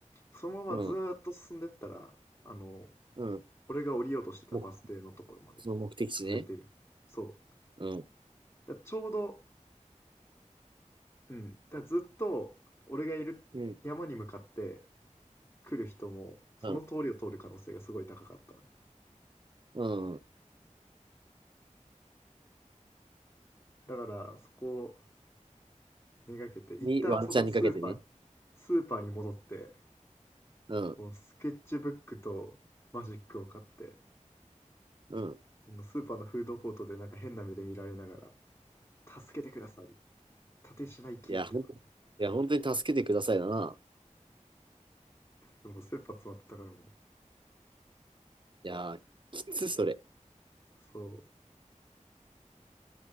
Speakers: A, on the left; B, on the right.
A: そのままずーっと進んでったら、
B: うん。
A: あの、
B: うん。
A: 俺が降りようとしてたバス停のところまで続いてるよ。
B: もうその目的地ね。
A: そう。
B: うん。
A: だからちょうど、うん。だからずっと俺がいる山に向かって
B: うん。
A: 来る人も、その通りを通る可能性がすごい高かったのよ。
B: うん。うん。
A: だからそこをめがけて、一旦そのスーパー、
B: に、ワンチャンにかけてね。
A: スーパーに戻って、
B: うん。
A: もうスケッチブックとマジックを買って
B: うん。
A: あのスーパーのフードコートでなんか変な目で見られながら「助けてください立石マイキー」っての
B: いや、ほんと、いや、本当に助けてくださいだな。
A: でもう切羽詰まってたからもう
B: いや、きつ、それ。
A: そ